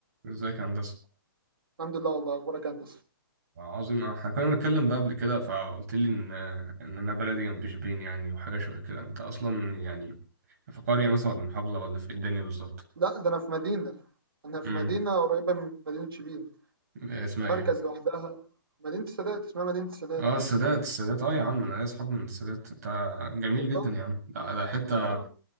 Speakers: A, on the right; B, on the right.
A: ازيك يا هندسة
B: الحمد لله والله اخبارك انت
A: عظيم احنا كنا بنتكلم بقى قبل كده فقلت لي ان ان انا بلدي جنب شبين يعني وحاجة شوية كده انت اصلا يعني في قرية مثلا ولا محافظة ولا في ايه الدنيا بالظبط
B: لا ده انا في مدينه انا في
A: امم
B: مدينه قريبه من مدينه شبين
A: إيه اسمها
B: مركز
A: ايه
B: لوحدها مدينه السادات اسمها مدينه السادات
A: اه السادات السادات اه يا عم انا ليا اصحاب من السادات انت جميل
B: والله
A: جدا يا عم ده, ده حتة
B: اه